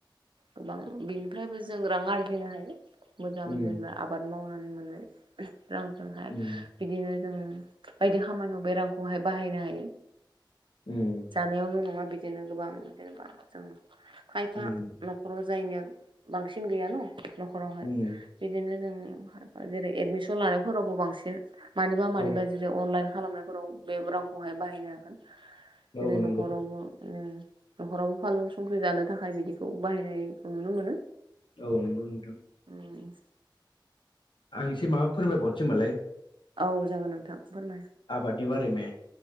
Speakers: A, on the right (about 80°); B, on the left (about 75°).
A: गोबां बिनिफ्रायबो जों रां आरजिनो हायो। मोजां
B: उम
A: जेनेबा आबाद मावनानै मोननाय रांजों हाय
B: उम
A: बिदिनो जों बायदि खामानियाव बेरांखौ हाय बाहायनो हायो।
B: उम
A: जानायावल' नङा बिदिनो गोबां जेनेबा जों खायफा
B: उम
A: न'खराव जायनिया बांसिन गैया न' न'खराव हाय
B: उम
A: बिदिनो जों जेरै एदमिसन लानायफोरावबो बांसिन मानिबा मानिबा
B: औ
A: जो जे अनलाइन खालामनायफोराव बे रांखौ हाय बाहायनो हागोन। बिदिनो
B: औ नंगौ
A: नख'रावबो उम न'खरावबो फानलु संख्रि जानो थाखाय बिदिखौ बाहायनायखौ नुनो मोनो।
B: औ नंगौ नोंथां
A: उम
B: आं एसे माबा फोरोंमायबावनोसैमोनलाय
A: औ जागोन नोंथां फोरमाय।
B: आबादनि बारै मे